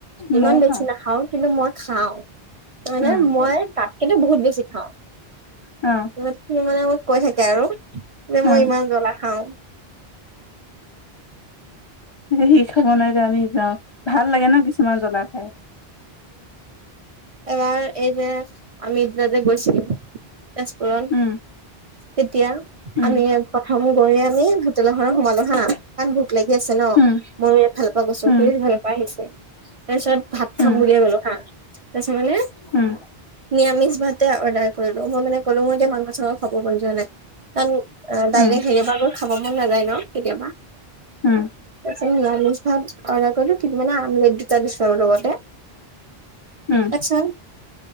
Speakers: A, on the right (about 45°); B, on the left (about 45°).
A: ইমান
B: ময়ও
A: বেছি
B: খাওঁ
A: নাখাও কিন্তু মই খাওঁানে
B: উম
A: মই
B: হয়
A: তাতকেতো বহুত বেছি খাওঁ
B: অ
A: ত সি মানে মোক কৈ থাকে আৰু যে মই
B: অ
A: ইমান জ্বলা খাও
B: সি খাব নোৱাৰিলে আমি যাও ভাল লাগে ন কিছুমান জ্বলা খাই
A: এবাৰ এই যে আমি সিদিনা যে গৈছিলো তেজপুৰণ
B: উম
A: তেতিয়া
B: উম
A: আমি প্ৰথম গৈয়ে আমি হোটেল এখনত সোমালো হা ইমান ভোক লাগি আছে ন
B: উম
A: ময়ো এফালপা গৈছো
B: উম
A: সিও সিফালপা আহিছে তাৰ পিছত ভাত
B: উম
A: খাম বুলিয়ে গ'লো হা কৈছে মানে
B: উম
A: নিৰামিষ ভাতে অৰ্ডাৰ কৰিলো মই মানে কলো মই এতিয়া মাংস খাব মন যোৱা নাই কাৰণ ডাইৰেক্ট
B: উম
A: হেৰিয়পা পৰা গৈ খাব মন নাযায় ন কেতিয়াবা
B: উম
A: তাৰ পিছত নিৰামিষ ভাত অৰ্ডাৰ কৰিলো কিন্তু মানে আমলেট দুটা দিছো আৰু লগতে
B: উম
A: আচ্ছা